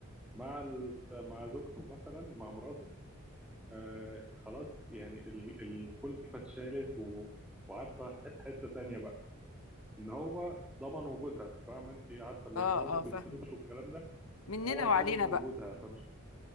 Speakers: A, in the centre; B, on the left.
A: مع ال... مع زوجته مثلا مع مراته آه خلاص يعني ال... الكلفة اتشالت و... وعارفة ح- حتة تانية بقى إن هو ضمن وجودها فاهمة أنت عارفة الاهتمام
B: اه
A: ما
B: اه
A: بيطلبش
B: فاهمه
A: والكلام ده
B: مننا
A: هو
B: وعلينا
A: ضامن وجودها
B: بقى
A: فمش